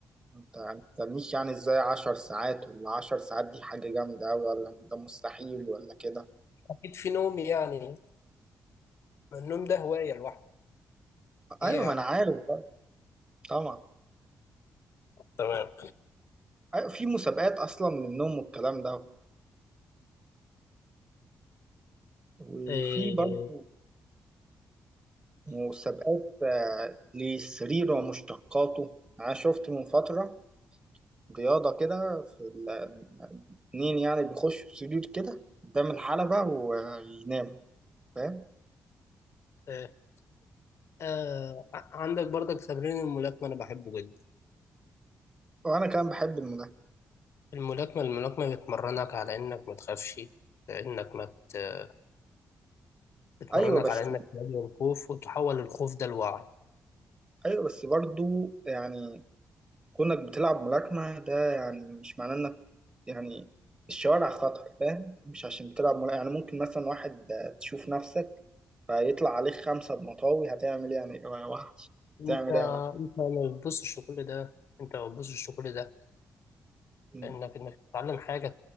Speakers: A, on the right (about 20°); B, on the left (about 60°).
A: أنت ما تسألنيش يعني إزاي عشر ساعات ولا عشر ساعات دي حاجة جامدة أوي ولا ده مستحيل ولا كده
B: أكيد في نوم يعني ما النوم ده هواية لوحده
A: أيوة
B: ايه يا
A: ما
B: عم
A: أنا عارف بقى طبعا
B: تمام
A: أيوة في مسابقات أصلا للنوم والكلام ده وفي
B: إيه
A: برضه مسابقات آه، للسرير ومشتقاته أنا شفت من فترة رياضة كده في ال- اتنين يعني بيخشوا في سرير كده قدام الحلبة ويناموا فاهم
B: إيه. آه ع- عندك برضك تمرين الملاكمة أنا بحبه جدا
A: وأنا كمان بحب الملاكمة
B: الملاكمة الملاكمة بتمرنك على إنك ما تخافش إنك ما ت- بتمرنك
A: أيوة بس
B: على إنك تواجه الخوف وتحول الخوف ده لوعي
A: أيوة بس برضه يعني كونك بتلعب ملاكمة ده يعني مش معناه إنك يعني الشوارع خطر فاهم مش عشان بتلعب ملاكمة يعني ممكن مثلا واحد آه، تشوف نفسك فيطلع عليك خمسة بمطاوي هتعمل ايه يعني واحد
B: أنت
A: هتعمل ايه يا واحد
B: أنت ما بتبصش لكل ده أنت ما بتبصش لكل ده
A: مم.
B: إنك إنك تتعلم حاجة